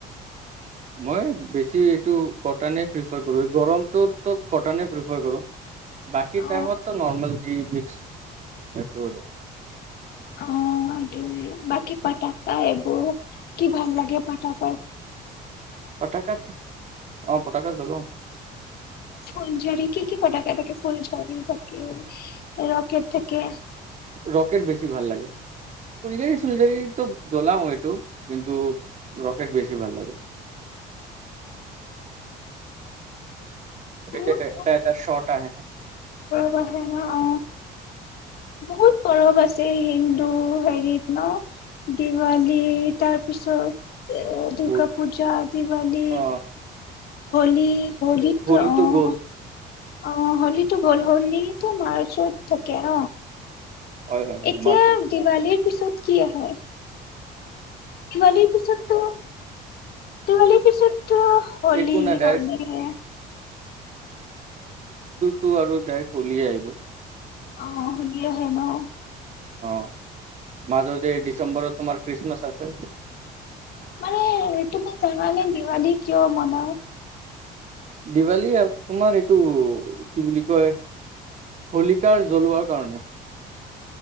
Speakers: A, on the right; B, on the left.
A: মই বেছি এইটো কটনে প্ৰিফাৰ কৰো এই গৰমটো কটনে প্ৰিফাৰ কৰো বাকী
B: অ
A: টাইমততো নৰ্মেল জি মিক্স
B: অ সটো বাকী পটাকা এইবোৰ কি ভাল লাগে পটাকাৰ
A: পতাকাত অ পতাকাত জ্বলো
B: ফোল জৰি কি কি ফটকে থাকে ফোল জৰি থাকে ৰকেট থাকে
A: ৰকেট বেছি ভাল লাগে ফুলজাৰী চুলজাৰি ত জ্বলাও এইটো কিন্তু ৰকেট বেছি ভাল লাগে
B: বত
A: এই যে এটা এটা শ্বট আহে
B: কথা অ বহুত বৰফ আছে যে হিন্দু হেৰিত ন দিৱালী তাৰপিছত দুৰ্গা
A: বহুত
B: পূজা দিৱালী
A: অ
B: হলী হলিত
A: হোলীটো
B: অ
A: গ'ল
B: অ হলিতো হল হল তো মাৰ্চত থাকে ন
A: হয় হয় হয়
B: এতিয়া
A: মাৰ্চত
B: দিৱালীৰ পিছত কি হয় দিৱালীৰ পিছত টো দিৱালীৰ পিছত টো হলি
A: একো নাই ডাইৰেক্ট
B: হলি হে
A: টো আৰু ডাই্ক হলিয়ে আহিব
B: অ হলিয়ে হয় নহ
A: অ মাজতে ডিচেম্বৰত তোমাৰ খ্ৰীষ্টমাছ আছে
B: মানে এইু মা জালে দিৱালী কিয় মনাই
A: দিৱালী তোমাৰ এইটো কি বুলি কয় হোলিকাৰ জ্বলোৱাৰ কাৰণে